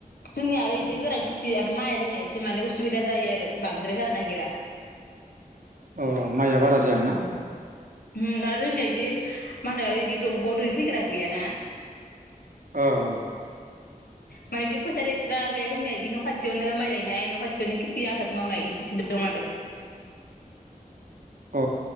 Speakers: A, on the left; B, on the right.
A: जोंनिया आरो एसे गोरान खेथि आरो माइआ जोंना एसे माने उसुबिदा जायो आरो बांद्राय जानो नागिरा।
B: अ माइया बारा जायाना?
A: उमहु आरो जोंनिया इदि मा होनो इदि दंग'आव दै फैग्रा गैयाना।
B: औ औ
A: माने इदि फोथार एस्रा गैया जोंनिया बे न' खाथियावनो माइ गायनाय न' खाथियावनो खेथि आबाद मावनाय इदिसो दं आरो।
B: औ